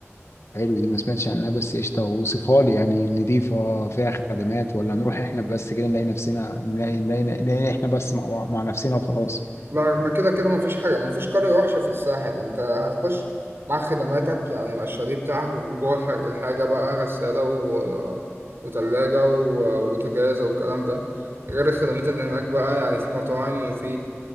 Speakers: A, on the left; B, on the right.
A: حلو دي ما سمعتش عنها بس قشطة وصفها لي يعني نضيفة فيها خدمات ولا نروح احنا بس كده نلاقي نفسنا نلاقي نلاقي, نلاقي احنا بس مع بعض- مع نفسنا وخلاص
B: ما ما كده كده مفيش حاجة مفيش قرية وحشة في الساحل انت هتخش مع خدماتك يعني مع الشاليه بتاعك وجوه ح- الحاجة بقى غسالة و... وتلاجة و... وتجهيز والكلام ده غير الخدمات اللي هناك بقى يعني في مطاعم وفي